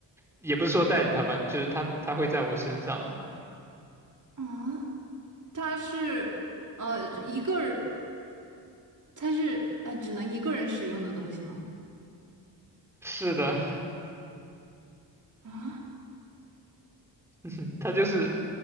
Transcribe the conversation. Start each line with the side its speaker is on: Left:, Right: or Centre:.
Centre: 也不是说带着它吧，就是它它会在我身上。
Right: 啊，它是呃一个人它是呃只能一个人使用的东西吗？
Centre: 是的，
Right: 啊
Centre: <laughs> 它就是，